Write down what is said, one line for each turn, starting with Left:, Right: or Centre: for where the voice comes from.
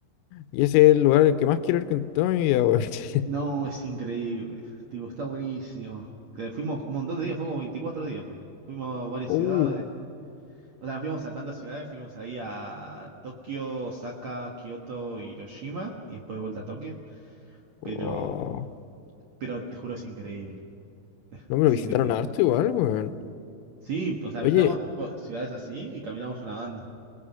Left: Y ese es el lugar al que más quiero ir con toda mi vida, weón.
Right: No,
Left: <laughs>
Right: es increíble. Tipo, está buenísimo. Eh, Fuimos un montón de días, fuimos como 24 días. Fuimos, fuimos a varias
Left: Uh,
Right: ciudades. O sea, nos fuimos a tantas ciudades, fuimos ahí a Tokio, Osaka, Kioto, Hiroshima y después de vuelta a Tokio. Pero,
Left: Oh,
Right: pero te juro, es increíble.
Left: no me
Right: Es
Left: lo visitaron
Right: increíble.
Left: harto igual, weón.
Right: Sí, o sea,
Left: Oye,
Right: visitamos ciudades así y caminamos una banda.